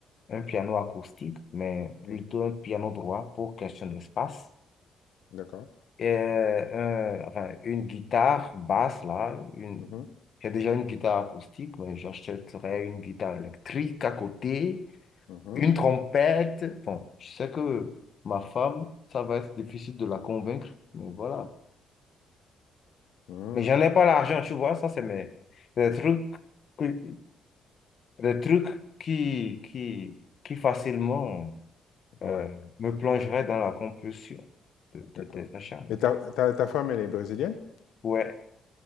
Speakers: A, on the left (about 50°); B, on the left (about 80°).
A: un piano acoustique, mais
B: Mm.
A: plutôt un piano droit pour question d'espace
B: D'accord.
A: et un- enfin, une guitare basse, là. Une...
B: Mhm.
A: J'ai déjà une guitare acoustique, mais j'achèterais une guitare électrique à côté,
B: Mhm.
A: une trompette. Bon, je sais que ma femme, ça va être difficile de la convaincre, mais voilà.
B: Mhm.
A: Mais j'en ai pas l'argent, tu vois, ça, c'est mes... des trucs, que- des trucs qui, qui, qui facilement
B: Ouais.
A: euh, me plongeraient dans la compulsion de, de
B: D'accord.
A: tes achats.
B: Et
A: mais
B: ta, ta- ta femme, elle est brésilienne?
A: Ouais,